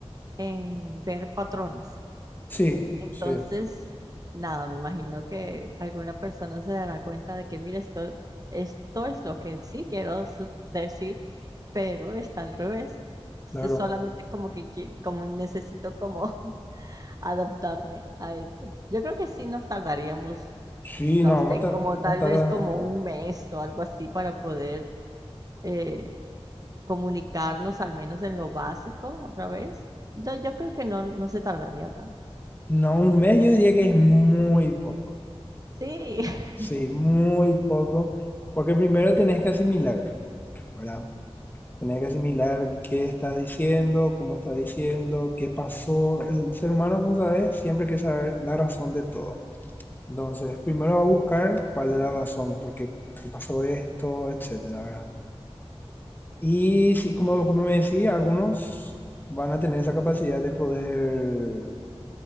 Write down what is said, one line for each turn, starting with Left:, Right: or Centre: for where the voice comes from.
Right: en ver patrones.
Left: Sí,
Right: Entonces,
Left: sí,
Right: nada, me imagino que alguna persona se dará cuenta de que, mira, esto, esto es lo que sí quiero su- decir, pero está al revés. Entonces,
Left: claro.
Right: solamente como que, que- como necesito como <laughs> adaptarme a eso. Yo creo que sí nos tardaríamos,
Left: Sí,
Right: no
Left: no, vamos
Right: sé,
Left: a tardar,
Right: como tal
Left: no tarda.
Right: vez como un mes o algo así para poder eh, comunicarnos al menos en lo básico otra vez. Yo, yo creo que no, no se tardaría tanto.
Left: No, un mes yo diría que es muy poco.
Right: Sí.
Left: Sí,
Right: <laughs>
Left: muy poco, porque primero tenés que asimilar, ¿verdad? Tenés que asimilar qué estás diciendo, cómo estás diciendo, qué pasó. El ser humano, como sabes, siempre quiere saber la razón de todo. Entonces, primero va a buscar cuál es la razón, por qué, por qué pasó esto, etcétera, ¿verdad? Y sí, como, como me decía, algunos van a tener esa capacidad de poder